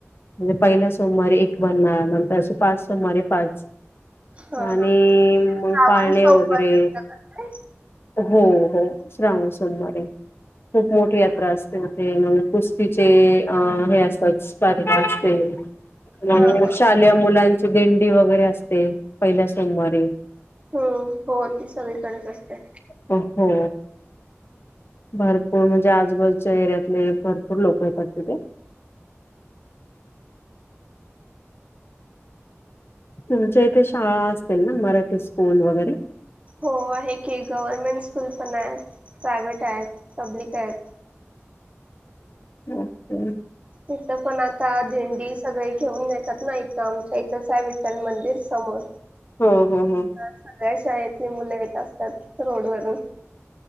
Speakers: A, on the left; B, on the right.
A: म्हणजे पहिला सोमवारे एक बनणार नंतर असं पाच सोमवारे पाच
B: हा
A: आणि मग
B: श्रावण
A: पाळणे
B: सोमवारी
A: वगैरे
B: असतं का ते
A: हो हो श्रावण सोमवारी खूप मोठी यात्रा असते. ते कुस्तीचे अ हे असतात पार असतील. मग
B: हा हा
A: शालेय मुलांची दिंडी वगैरे असते पहिल्या सोमवारीे
B: हम्म हो ती सगळीकडेच असते.
A: अ हो भरपूर म्हणजे आजबाजूच्या एरियातले भरपूर लोक येतात तिथे. तुमच्या इथे शाळा असतील ना मराठी स्कूल वगैरे.
B: हो आहे की गव्हर्मेंट स्कूल पण आहेत प्रायव्हेट आहेत पब्लिक आहेत.
A: ह् हम
B: इथं पण आता दिंडी सगळे घेऊन येतात ना इथं आमच्या इथंच आहे विठ्ठल मंदिर समोर.
A: हो हो हो
B: हा सगळ्या शाळेतली मुलं येत असतात. रोड वरून